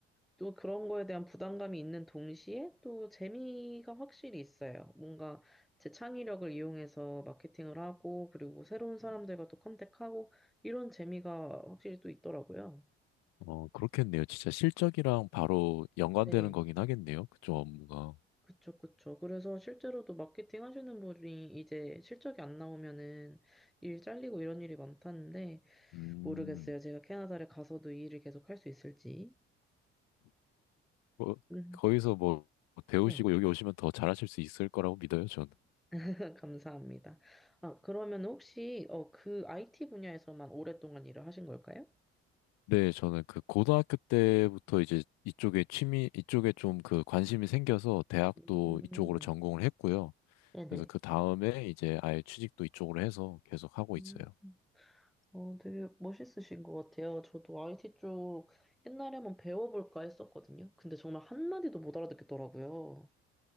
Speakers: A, in the centre; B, on the left.
A: 또 그런 거에 대한 부담감이 있는 동시에 또 재미가 확실히 있어요. 뭔가 제 창의력을 이용해서 마케팅을 하고, 그리고 새로운 사람들과 또 컨택하고, 이런 재미가 확실히 또 있더라고요.
B: 어, 그렇겠네요. 진짜 실적이랑 바로 연관되는
A: 네,
B: 거긴 하겠네요. 그쪽 업무가.
A: 그쵸, 그쵸. 그래서 실제로도 마케팅 하시는 분이 이제 실적이 안 나오면은 일 잘리고 이런 일이 많다는데,
B: 음,
A: 모르겠어요. 제가 캐나다를 가서도 이 일을 계속 할 수 있을지.
B: 뭐,
A: 음,
B: 거기서 뭐 배우시고
A: 네,
B: 여기 오시면 더 잘하실 수 있을 거라고 믿어요, 저는.
A: <laughs> 감사합니다. 아, 그러면 혹시 어, 그 IT 분야에서만 오랫동안 일을 하신 걸까요?
B: 네, 저는 그 고등학교 때부터 이제 이쪽에 취미, 이쪽에 좀 그 관심이 생겨서 대학도
A: 음,
B: 이쪽으로 전공을 했고요.
A: 네네.
B: 그래서 그 다음에 이제 아예 취직도 이쪽으로 해서 계속 하고
A: 음,
B: 있어요.
A: 어, 되게 멋있으신 것 같아요. 저도 IT 쪽 옛날에 한번 배워볼까 했었거든요. 근데 정말 한마디도 못 알아듣겠더라고요.